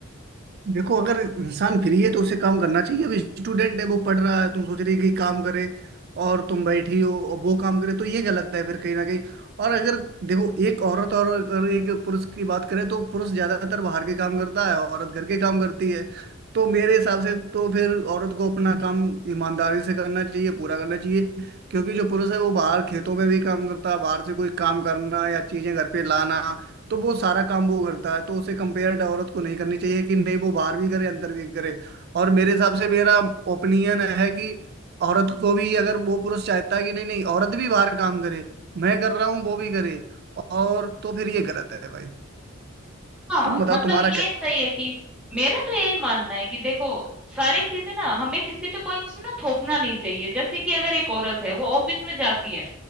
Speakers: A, on the right; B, in the centre.
A: देखो अगर इंसान फ्री है तो उसे काम करना चाहिए अब स्टूडेंट है वो पढ़ रहा है तुम सोच रहे कि काम करे और तुम बैठी हो और वो काम करे तो ये गलत है फिर कहीं ना कहीं और अगर देखो एक औरत और अगर एक पुरुष की बात करें तो पुरुष ज्यादातर बाहर के काम करता है औरत घर के काम करती है तो मेरे हिसाब से तो फिर औरत को अपना काम ईमानदारी से करना चाहिए पूरा करना चाहिए क्योंकि जो पुरुष है वो बाहर खेतों में भी काम करता है बाहर से कोई काम करना या चीजें घर पे लाना तो वो सारा काम वो करता है तो उसे कंपेयर औरत को नहीं करनी चाहिए कि नहीं वो बाहर भी करे अंदर भी करे और मेरे हिसाब से मेरा ओपिनियन है कि औरत को भी अगर वो पुरुष चाहता है कि नहीं नहीं औरत भी बाहर काम करे मैं कर रहा हूँ वो भी करे और तो फिर ये गलत है भाई
B: हाँ,
A: तुम बताओ
B: मतलब
A: तुम्हारा
B: ये
A: क्या
B: सही है कि मेरा तो यही मानना है कि देखो सारी चीजें ना हमें किसी पे कोई चीज ना थोपना नहीं चाहिए जैसे कि अगर एक औरत है वो ऑफिस में जाती है